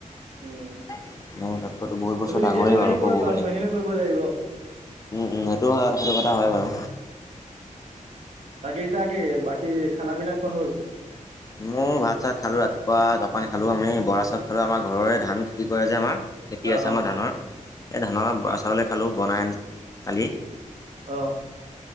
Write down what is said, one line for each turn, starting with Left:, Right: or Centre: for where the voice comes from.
Right: উম
Left: মই তাতকৈ বহুত বছৰ
Right: তুমি নিজে
Left: ডাঙৰেই
Right: যিমানখিনি
Left: বাৰু
Right: কৰিব
Left: ক'ব
Right: পাৰা
Left: গ'লে।
Right: সিমানখিনি কৰিব লাগিব
Left: উম- উম, সেইটো হয়, সেইটো কথা হয় বাৰু।
Right: তাকে- তাকে বাকী খানা পিনা খোৱা হ'ল?
Left: মোৰ ভাত- চাত খালোঁ, ৰাতিপুৱা জলপান খালোঁ। আমি বৰা চাউল খালোঁ, আমাৰ ঘৰৰে ধান। খেতি কৰে যে আমাৰ, খেতি
Right: অ
Left: আছে আমাৰ
Right: অ
Left: ধানৰ, এই ধানৰ বৰা চাউলে খালোঁ বনাই আনি খালি
Right: অ।